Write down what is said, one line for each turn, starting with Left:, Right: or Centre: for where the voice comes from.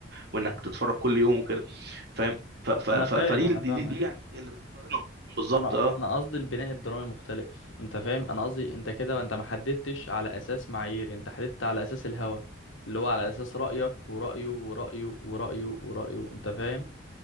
Right: وانك تتفرج كل يوم وكده فاهم ف- ف- ف-
Left: انا فاهم
Right: فدي
Left: انا
Right: دي,
Left: فاهمك
Right: دي, دي يعني إيه اللي بنقارنهم بالظبط
Left: انا
Right: اه
Left: انا قصدي البناء الدرامي مختلف انت فاهم انا قصدي انت كده انت ما حددتش على اساس معايير انت حددت على اساس الهوى اللي هو على اساس رايك ورأيه ورأيه ورأيه ورأيه انت فاهم